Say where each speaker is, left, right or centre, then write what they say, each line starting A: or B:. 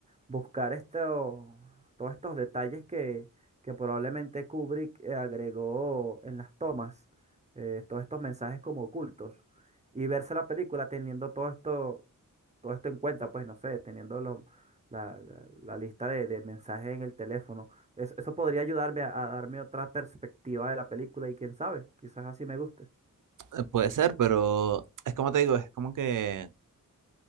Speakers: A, on the right; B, on the right.
A: buscar esto, todos estos detalles que, que probablemente Kubrick eh, agregó en las tomas, eh, todos estos mensajes como ocultos, y verse la película teniendo todo esto, todo esto en cuenta, pues no sé, teniendo los- la, la- la lista de, de mensajes en el teléfono. Es- eso podría ayudarme a, a darme otra perspectiva de la película y quién sabe, quizás así me guste.
B: Eh, Puede ser, pero es como te digo, es como que